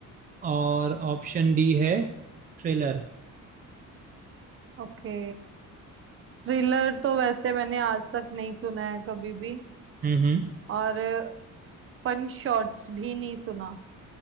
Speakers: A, on the right; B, on the right.
A: और ऑप्शन डी है थ्रिलर
B: okay थ्रिलर तो वैसे मैंने आज तक नहीं सुना है कभी भी
A: हम्म हम्म,
B: और पंच शॉट्स भी नहीं सुना